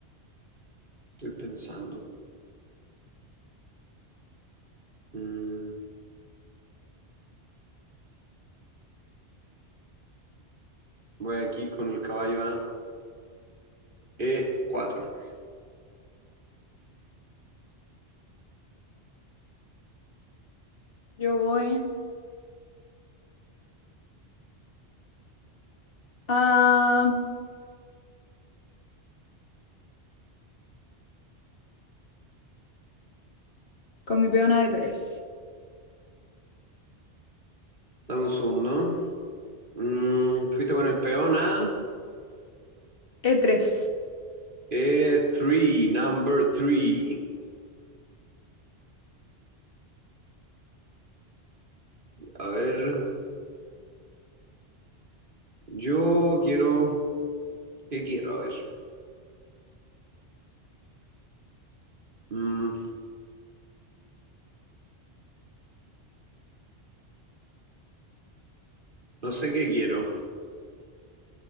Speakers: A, on the right; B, on the left.
A: estoy pensando. Mm, voy aquí con el caballo a E4.
B: Yo voy a... con mi peón a E3.
A: Dame un segundo. Mm, fuiste con el peón a
B: e tres
A: E3, number 3. A ver, yo quiero. ¿Qué quiero? A ver. Mm, no sé qué quiero.